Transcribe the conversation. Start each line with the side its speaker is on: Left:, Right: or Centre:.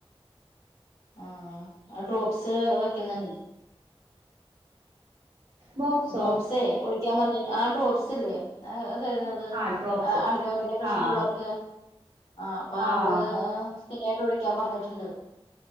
Left: ആഹ് ഡ്രോപ്സ് വെക്കുന്നുണ്ട്
Right: ബോക്സോ
Left: ഡ്രോപ്സെ ഒഴിക്കാൻ പറഞ്ഞിട്ട് ആ ഡ്രോപ്സ് സില്ലേ ആ തരുന്നത്
Right: ആഹ് ഡ്രോപ്സ്
Left: അടിനോൽഡിൻ്റെ പ്രശ്നമുള്ളവർക്ക്
Right: ആഹ്
Left: ആ അപ്പൊ
Right: ആഹ്
Left: അത് സ്ഥിരായിട്ട് ഒഴിക്കാൻ പറഞ്ഞിട്ടുണ്ട്.